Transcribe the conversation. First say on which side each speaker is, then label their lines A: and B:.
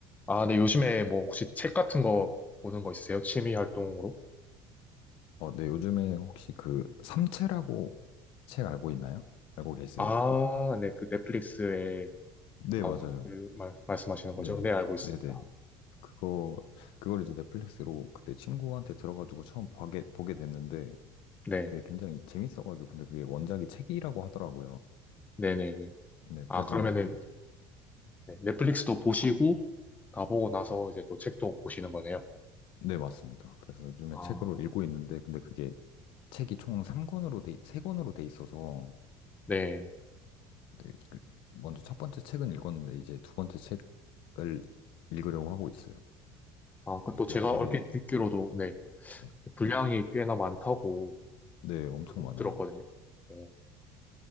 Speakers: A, on the left; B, on the left.
A: 아, 네 요즘에 뭐 혹시 책 같은 거 보는 거 있으세요? 취미 활동으로?
B: 어, 네, 요즘에 혹시 그 삼체라고 책 알고 있나요? 알고 계세요?
A: 아, 네, 그 넷플릭스에
B: 네,
A: 나온
B: 맞아요.
A: 그 말, 말씀하시는
B: 네,
A: 거죠? 네, 알고 있습니다.
B: 네네. 그거, 그걸 이제 넷플릭스로 그때 친구한테 들어가지고 처음 보게, 보게 됐는데,
A: 네,
B: 그게 굉장히 재밌어가지고, 근데 그게 원작이 책이라고 하더라고요.
A: 네네네.
B: 네,
A: 아,
B: 그래서,
A: 그러면은 네, 넷플릭스도 보시고, 다 보고 나서 이제 또 책도 보시는 거네요.
B: 네, 맞습니다. 그래서 요즘에
A: 아,
B: 책으로 읽고 있는데, 근데 그게 책이 총 3권으로 돼, 3권으로 돼 있어서,
A: 네.
B: 네, 그 먼저 첫 번째 책은 읽었는데, 이제 두 번째 책을 읽으려고 하고 있어요.
A: 아, 그
B: 네,
A: 또 제가
B: 그 되게
A: 얼핏 듣기로도, 네,
B: 네,
A: 분량이 꽤나 많다고
B: 네, 엄청
A: 얼핏
B: 많아요.
A: 들었거든요. 어,